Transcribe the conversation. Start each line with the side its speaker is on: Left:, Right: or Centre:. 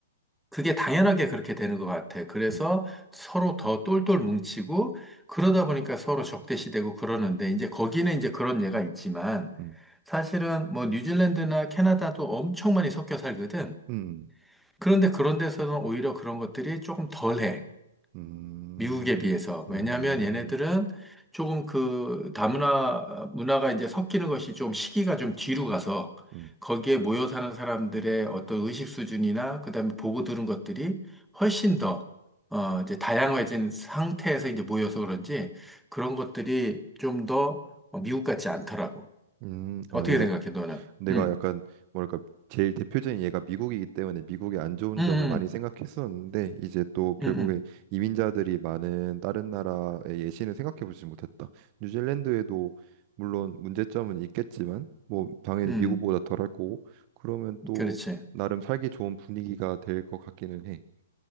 Centre: 그게 당연하게 그렇게 되는 것 같아. 그래서
Right: 음,
Centre: 서로 더 똘똘 뭉치고, 그러다 보니까 서로 적대시되고 그러는데, 이제 거기는 이제 그런 예가 있지만,
Right: 음.
Centre: 사실은 뭐 뉴질랜드나 캐나다도 엄청 많이 섞여 살거든.
Right: 음,
Centre: 그런데 그런 데서는 오히려 그런 것들이 조금 덜해.
Right: 음,
Centre: 미국에 비해서.
Right: 음,
Centre: 왜냐하면 얘네들은 조금 그 다문화 문화가 이제 섞이는 것이 좀 시기가 좀 뒤로 가서
Right: 음,
Centre: 거기에 모여 사는 사람들의 어떤 의식 수준이나 그다음에 보고 들은 것들이 훨씬 더 어, 이제 다양해진 상태에서 이제 모여서 그런지 그런 것들이 좀더 어, 미국 같지 않더라고.
Right: 음. 아,
Centre: 어떻게
Right: 내가,
Centre: 생각해, 너는?
Right: 내가
Centre: 응,
Right: 약간, 뭐랄까, 제일 대표적인 얘가 미국이기 때문에 미국의 안 좋은
Centre: 응,
Right: 점을
Centre: 응,
Right: 많이 생각했었는데, 이제 또 결국에
Centre: 응,
Right: 이민자들이 많은 다른 나라의 예시는 생각해 보지 못했다. 뉴질랜드에도 물론 문제점은 있겠지만, 뭐, 당연히
Centre: 응,
Right: 미국보다 덜할 거고, 그러면 또
Centre: 응, 그렇지.
Right: 나름 살기 좋은 분위기가 될 것 같기는 해.